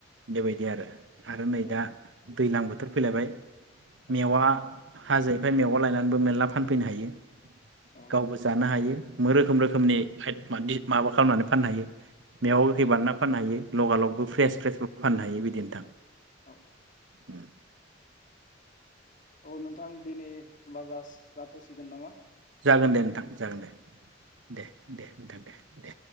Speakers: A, on the right; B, on the left.
A: बेबायदि आरो। आरो नै
B: औ
A: दा दैज्लां बोथोर फैलायबाय
B: औ
A: मेवा हाजोनिफफ्राय मेवआव लायनानैबो मेरला हायो
B: औ
A: गावबो जानो हायो रोखोम रोखमनि <unintelligible> खालामनानै फाननो हायो मेयाव
B: औ
A: हो बानानै फाननो हायो लगालगबो फ्रेस
B: औ
A: फेसबो फाननो हायो बिदि नोथां
B: औ
A: उम
B: औ नोंथां दिनै बाजाज जाथ'सिगोन नामा?
A: जागोन दे नोंथां जागोन दे दे दे नोंथां दे दे